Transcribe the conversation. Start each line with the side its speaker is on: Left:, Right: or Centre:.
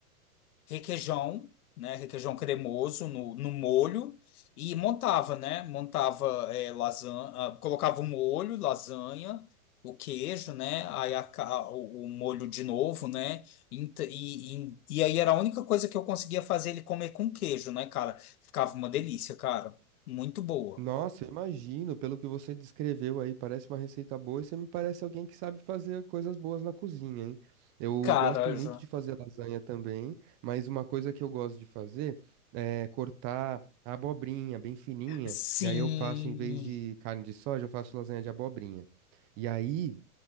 Left: requeijão, né? Requeijão cremoso no, no molho e montava, né? Montava é, lasanha, colocava o molho, lasanha, o queijo, né? Aí a, ca- o, o molho de novo, né? E, e, e e aí era a única coisa que eu conseguia fazer ele comer com queijo, né, cara? Ficava uma delícia, cara. Muito boa.
Right: Nossa, eu imagino, pelo que você descreveu aí, parece uma receita boa e você me parece alguém que sabe fazer coisas boas na cozinha, hein? Eu
Left: Cara,
Right: gosto muito
Left: já.
Right: de fazer lasanha também, mas uma coisa que eu gosto de fazer é cortar a abobrinha bem fininha,
Left: Sim.
Right: e aí eu faço, em vez de carne de soja, eu faço lasanha de abobrinha. E aí.